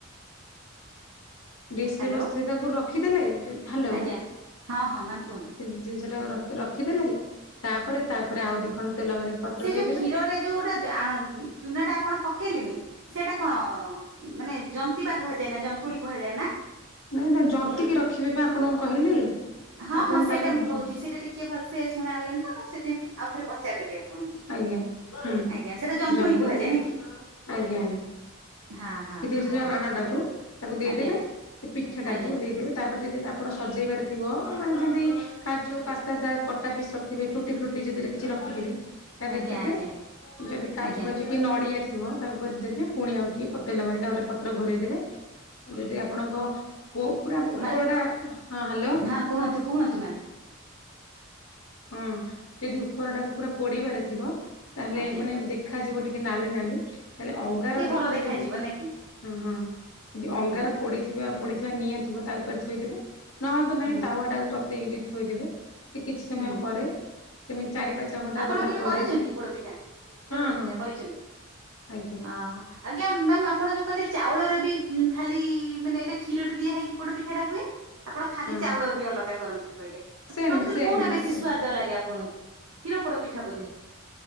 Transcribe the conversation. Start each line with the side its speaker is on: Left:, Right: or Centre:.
Left: ଡିସ
Right: ହ୍ୟାଲୋ
Left: ରେ ବସେଇ ତାକୁ ରଖିଦେଲେ ଯୋଉ ହାଲୋ
Right: ଆଜ୍ଞା ହଁ ହଁ ମ୍ୟାମ୍ କୁହନ୍ତୁ।
Left: ସେ ଜିନିଷ ଟାକୁ ର ରଖିଦେଲ ତାପରେ ତାପରେ ଆଉ ଦି ଖଣ୍ଡ ତେଲ ମାରିକି ପତ୍ର
Right: ସେଇ ଯୋଉ
Left: ଥୋଇଦେବେ
Right: କ୍ଷୀରରେ ଯୋଉଟା ଯ ଆଣ ଚୁନା ଟା ଆପଣ ପକେଇଲେନି ସେଇଟା କଣ କି ମାନେ ଜନ୍ତିବା କୁହାଯାଏ ନା ଜନ୍ତୁଣୀ କୁହାଯାଏ ନା!
Left: ନାଇଁ ନାଇଁ ଜନ୍ତିକି ରଖିବେ ବା ଆପଣଙ୍କୁ କହିଲି!
Right: ହଁ
Left: ଆପଣ
Right: ହଁ ସେଇଟା
Left: ତାକୁ
Right: ମୁଁ କହୁଛି
Left: ହଁ
Right: ସେଇଟା ଟିକେ ଭଲସେ ଶୁଣାଗଲା ନି! ତ ମୁଁ ସେଥିାଇଁ ଆଉଥରେ ପଚାରିଦେଲି ଆପଣଙ୍କୁ
Left: ଆଜ୍ଞା ହୁଁ
Right: ଆଜ୍ଞା ସେଇଟା ଜନ୍ତୁଣୀ
Left: ଜନ୍ତିକି
Right: କୁହାଯାଏ ନା କି?
Left: ଆଜ୍ଞା ଆଞ୍!
Right: ହଁ ହଁ!
Left: ସିଏ ଆଣଟାକୁ ତାକୁ ଦେଇଦେବେ
Right: ଆଜ୍ଞା
Left: ସେ ପିଠା ଟାକୁ
Right: ଆଜ୍ଞା
Left: ଦେଇଦେବେ ତାପରେ ଯଦି ଆପଣ ସଜେଇ ପାରିଥିବ ମାନେ ଯେମିତି କାଜୁ ପାସ୍ତା ଯାହା କଟା ପିସ୍ ର ତେବେ ଟୁଟି ଫ୍ରୁଟି ଯଦିରେ କିଛି ରଖିଥିବେ ତାଧିରେ
Right: ଆଜ୍ଞା
Left: ଦେବେ
Right: ଆଜ୍ଞା
Left: ଯଦି କାଜୁ
Right: ଆଜ୍ଞା
Left: ଫାଜୁ! କି ନଡ଼ିଆ ଥିବ ତାକୁପରେ କରିଦେବେ ପୁଣି ଆଉ ଟିକେ ପ ତେଲ ମାରିକି ଆଉ ଗୋଟେ ପତ୍ର ଘରେଇ ଦେେବେ! ଯଦି ଆପଣଙ୍କ ପୁ ପୁରା ଉପର
Right: ମା
Left: ଟା ହଁ ହ୍ୟାଲୋ?
Right: ହଁ କୁହନ୍ତୁ କୁହନ୍ତୁ ମ୍ୟାମ୍!
Left: ହଁ ଯଦି ଉପରଟାକୁ ପୁରା ପୋଡିବାରେ ଥିବ ତାହେଲେ
Right: ଆଜ୍ଞା
Left: ମାନେ ଦେ ଖାଯିବ ଟିକେ ନାଲି ନାଲି। ତାହେଲେ ଅଙ୍ଗାର
Right: ଟିକେ
Left: ଦି
Right: ଭଲ
Left: ଖଣ୍ଡ
Right: ଦେଖାଯିବ
Left: ଯଦି
Right: ନାକି
Left: ହଁ ହଁ ଯଦି
Right: ହୁଁ
Left: ଅଙ୍ଗାର
Right: ହୁଁ
Left: ପୋଡ଼ିଥିବା ପୋଡିଥିବା ନିଆଁ ଥିବ ତା ଉପରେ ଥୋଇଦେବେ ନହେଲେ ତ ନାହିଁ
Right: ହୁଁ
Left: ତାୱ ଟା କୁ ତ ତେଇକି ଯଦି ଥୋଇଦେବେ ସେ କିଛି ସମୟ
Right: ହୁଁ
Left: ପରେ। ସେମିତି ଚାରି ପାଞ୍ଚ ଘଣ୍ଟା
Right: ଆପଣ
Left: ଗଲା
Right: କେବେ
Left: ପରେ
Right: କରିଚନ୍ତି ପୋଡ଼ପିଠା କ୍ଷୀର
Left: ହଁ
Right: ପୋଡ଼ପିଠା
Left: ହଁ
Right: କରିଚନ୍ତି?
Left: ଆଜ୍ଞା
Right: ଅ ହ ଆଜ୍ଞା ମ୍ୟାମ୍ ଆପଣ ଯୋଉ କହିଲେ ଚାଉଳରେ ବି ଉ ଖାଲି ମାନେ ଏଇ ଟା କ୍ଷୀରରେ ଦିଆ ହେଇକି ପୋଡ଼ ପିଠା ଟା ହୁଏ। ଆପଣ ଖାଲି
Left: ହଁ
Right: ଚାଉଳ ରୁ ବି ଅଲଗା କରନ୍ତି କହିଲେ
Left: ସେମ୍
Right: ପ୍ରକୃତରେ
Left: ସେମ୍
Right: କୋଉଟା
Left: ହଁ
Right: ବେଶୀ
Left: ସେମ୍
Right: ସ୍ଵାଦ ଲାଗେ ଆପଣଙ୍କୁ? କ୍ଷୀର ପୋଡ଼ ପିଠା ବୋଧେ?